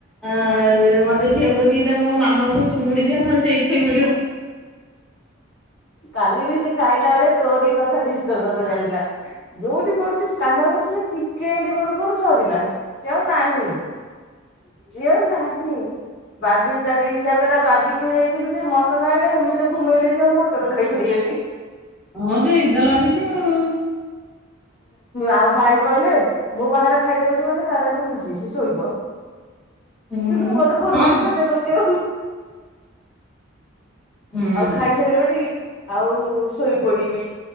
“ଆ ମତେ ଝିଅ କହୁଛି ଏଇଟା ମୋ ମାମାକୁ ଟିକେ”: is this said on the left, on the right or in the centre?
Centre